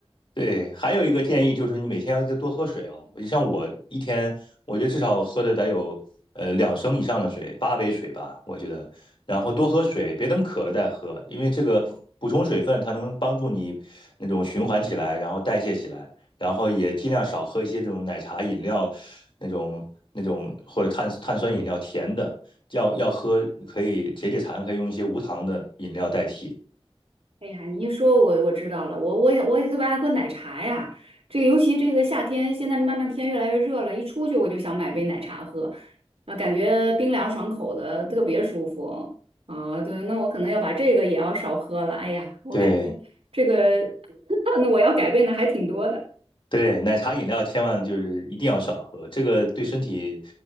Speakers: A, on the left; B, on the right.
A: 对，还有一个建议就是你每天要多喝水哦。你像我一天，我觉得至少喝的得有呃两升以上的水，八杯水吧，我觉得。然后多喝水，别等渴了再喝，因为这个补充水分，它能帮助你那种循环起来，然后代谢起来。然后也尽量少喝一些这种奶茶饮料，那种那种或者碳碳酸饮料甜的，要要喝可以解解馋，可以用一些无糖的饮料代替。
B: 哎呀，你一说我我知道了，我我也我也特别爱喝奶茶呀。这尤其这个夏天，现在慢慢天越来越热了，一出去我就想买杯奶茶喝，啊，感觉冰凉爽口的，特别舒服。啊，对，那我可能要把这个也要少喝了。哎呀，我感觉这个
A: 对。
B: <laughs> 那我要改变的还挺多的。
A: 对，奶茶饮料千万就是一定要少喝，这个对身体